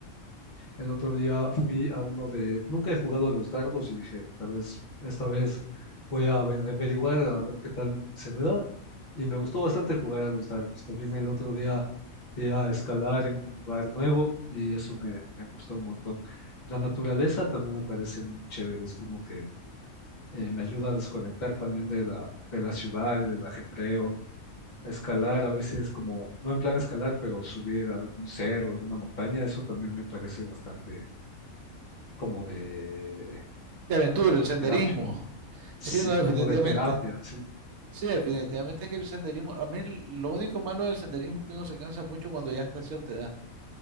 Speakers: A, on the left; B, on the right.
A: El otro día fui a uno de... Nunca he jugado a los dardos y dije, tal vez, esta vez voy a ave- averiguar a ver qué tal se me da. Y me gustó bastante jugar a los dardos. También el otro día fui a escalar en un lugar nuevo y eso me, me gustó un montón. La naturaleza también me parece muy chévere. Es como que eh, me ayuda a desconectar también de la, de la ciudad y del ajetreo. A escalar a veces como, no en plan escalar, pero subir a un cerro, alguna montaña, eso también me parece bastante como de
B: de aventura, el senderismo.
A: terapia. Sí,
B: Sí, no, definitivamente.
A: como de terapia, sí.
B: Sí, definitivamente es que el senderismo, a mí lo único malo del senderismo es que uno se cansa mucho cuando ya está a cierta edad,